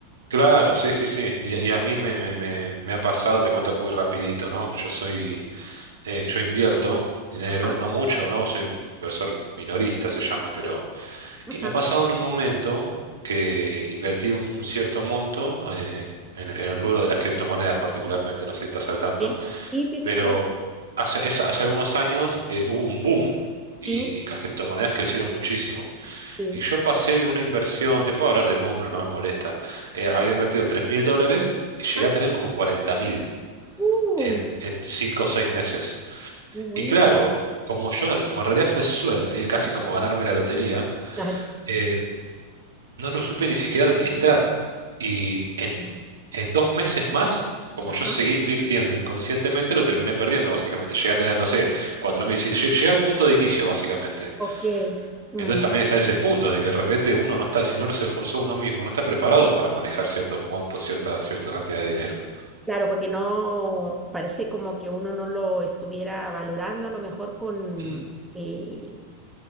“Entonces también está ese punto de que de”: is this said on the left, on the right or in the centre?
Right